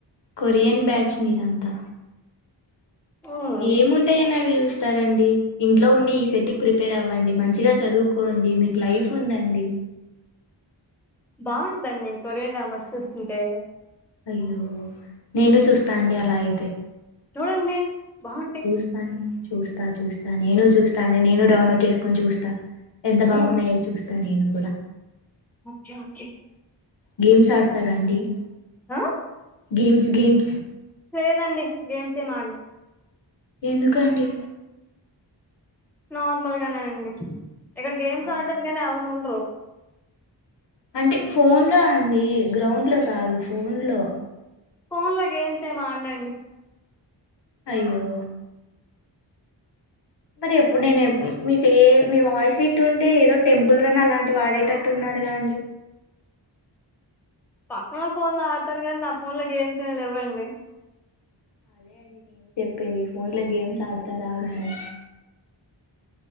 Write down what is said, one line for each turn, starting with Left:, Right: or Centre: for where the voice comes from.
Left: కొరియన్ బ్యాచ్ మీరంతా
Centre: హ్మ్.
Left: ఏముంటాయి <unintelligible> వి చూస్తారండి నవి చూస్తారండి ఇంట్లో ఉండి ఈ సెట్ కి ప్రిపేర్ అవ్వండి మంచిగా చదువుకోండి మీకు లైఫ్ ఉందండి
Centre: బావుంటదండి నేను కొరియన్ డ్రామాస్ చూస్తుంటే
Left: అయ్యో నేనూ చూస్తా అండి అలా అయితే
Centre: చూడండి బావుంటాయి.
Left: చూస్తాను చూస్తా చూస్తా నేనూ చూస్తా అండి నేనూ డౌన్లోడ్ చేసుకొని చూస్తా ఎంత
Centre: హ్మ్.
Left: బాగున్నాయో చూస్తా నేను కూడా
Centre: ఓకే. ఓకే.
Left: గేమ్స్ ఆడు తారండి
Centre: ఆ?
Left: గేమ్స్ గేమ్స్
Centre: లేదండి. గేమ్స్ ఏం ఆడ్ను.
Left: ఎందుకండి.
Centre: నార్మల్ గానే అండి. ఇక్కడ గేమ్స్
Left: ఆ,
Centre: ఆడడానికి కానే ఎవరు ఉండ్రు.
Left: అంటే ఫోన్ లో అండి. గ్రౌండ్ లో కాదు ఫోన్ లో
Centre: ఫోన్ లో గేమ్స్ ఏమి ఆడ్నండి.
Left: అయ్యో మరి నేన్ ఎప్పుడు నేనే మీ ఫే మీ వాయిస్ వింటుంటే. ఏదో టెంపుల్ రన్ అలాంటి ఆడేటట్టు ఉన్నారుగా అండి.
Centre: పక్కనోల్ ఫోన్ లో ఆడతాను గానీ. నా ఫోన్ లో గేమ్స్ ఏమి లేవండి.
Left: అదే అండి నేనే చెప్పేది. ఫోన్ లో గేమ్స్ ఆడతారా నని